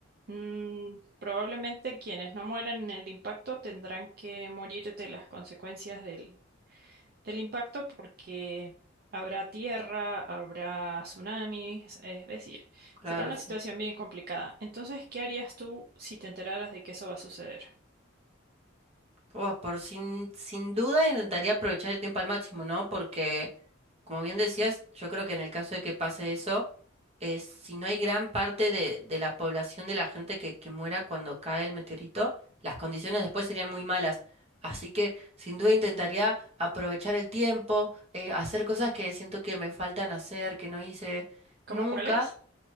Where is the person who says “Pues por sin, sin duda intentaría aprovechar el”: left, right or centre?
Right